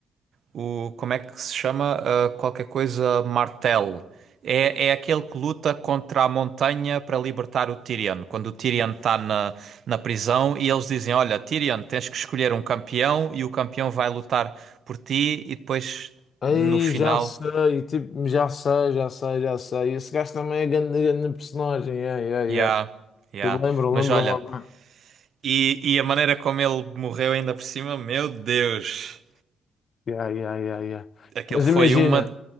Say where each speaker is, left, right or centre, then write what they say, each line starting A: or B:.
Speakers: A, on the right; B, on the left.
A: O, como é que se chama? Ah, qualquer coisa Martel. É, é aquele que luta contra a montanha para libertar o Tyrion. Quando o Tyrion está na, na prisão e eles dizem: Olha, Tyrion, tens que escolher um campeão e o campeão vai lutar por ti. E depois,
B: Aí
A: no final,
B: já sei, tipo, já sei, já sei, já sei. Esse gajo também é grande, grande personagem, yeah, yeah,
A: yeah,
B: yeah.
A: yeah.
B: Te lembro,
A: Mas
B: lembro-me
A: olha,
B: agora.
A: e, e a maneira como ele morreu ainda por cima, meu Deus,
B: Yeah, yeah, yeah, yeah.
A: aquilo
B: Mas
A: foi
B: imagina,
A: uma.